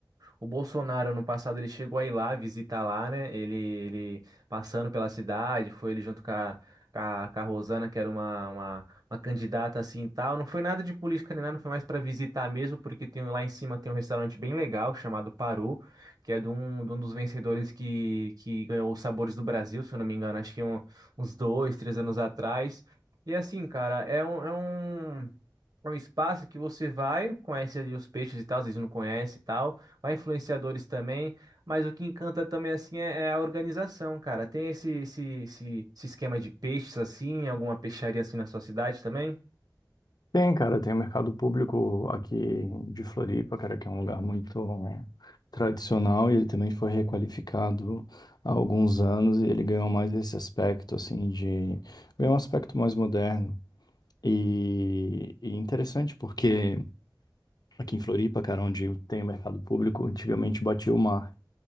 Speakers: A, on the right; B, on the left.
A: O Bolsonaro, no passado, ele chegou a ir lá, visitar lá, né? Ele, ele passando pela cidade, foi ele junto com a, com a, com a Rosana, que era uma, uma, uma candidata assim e tal. Não foi nada de política nem nada, foi mais para visitar mesmo, porque tem, lá em cima tem um restaurante bem legal chamado Parô, que é de um, de um dos vencedores que, que ganhou os Sabores do Brasil, se eu não me engano, acho que é um- uns dois, três anos atrás. E assim, cara, é um, é um, é um espaço que você vai, conhece ali os peixes e tal, às vezes não conhece e tal. Vai influenciadores também, mas o que encanta também assim é, é a organização, cara. Tem esse, esse, esse, esse esquema de peixes assim, alguma peixaria assim na sua cidade também?
B: Tem, cara, tem o mercado público aqui de Floripa, cara, que é um lugar muito né, tradicional e ele também foi requalificado há alguns anos e ele ganhou mais esse aspecto, assim, de... ganhou um aspecto mais moderno. E, e interessante porque aqui em Floripa, cara, onde tem o mercado público, antigamente batia o mar.